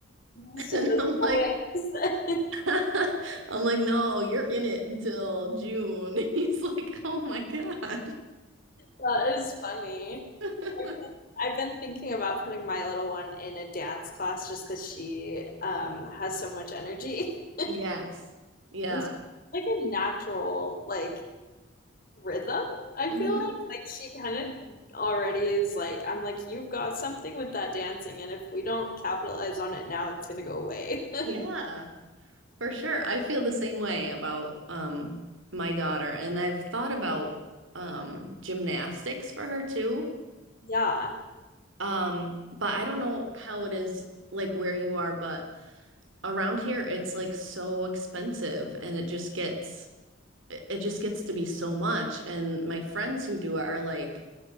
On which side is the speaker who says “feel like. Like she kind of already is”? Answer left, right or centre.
Left